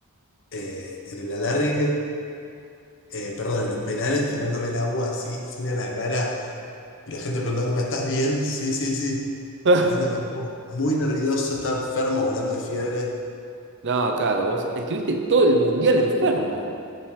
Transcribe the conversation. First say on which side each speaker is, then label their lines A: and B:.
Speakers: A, on the left; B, on the right.
A: eh, en el alargue, eh, perdón, en los penales, tirándome el agua así, fría en la cara y la gente preguntándome, ¿estás bien? Sí, sí, sí.
B: <laughs>
A: Tirándome agua, muy nervioso, estaba enfermo, volando de fiebre.
B: No, claro, vos estuviste todo el mundial enfermo.